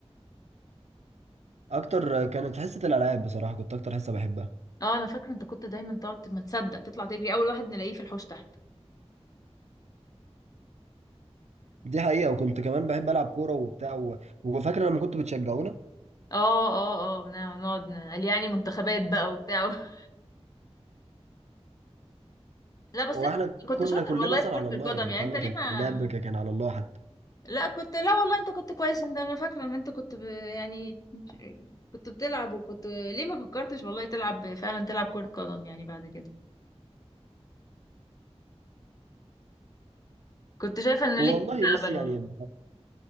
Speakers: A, on the right (about 85°); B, on the left (about 35°).
A: اكتر كانت حصة الالعاب بصراحة كنت اكتر حصة بحبها
B: اه انا فاكره انت كنت دايما تقعد ما تصدق تطلع تجري اول واحد نلاقيه في الحوش تحت
A: دي حقيقة وكنت كمان بحب العب كورة وبتاع و... وفاكرة لما كنتوا بتشجعونا
B: اه اه اه نقعد نقعد نقول يعني منتخبات بقى وبتاع <laughs> لا بس
A: واحنا
B: انت كنت
A: كنا
B: شاطر
A: كلنا
B: والله
A: اصلا
B: في كرة
A: على الله
B: القدم
A: يعني
B: يعني
A: فاهمة
B: انت ليه
A: كان
B: ما
A: اللعب ك- كان على الله حتى
B: لا كنت لا والله انت كنت كويس انت انا فاكرة ان انت كنت ب... يعني كنت بتلعب وكنت ليه ما فكرتش والله تلعب فعلا تلعب كرة قدم يعني بعد كده كنت شايفة ان
A: والله
B: ليك مستقبل
A: بص يعني
B: والله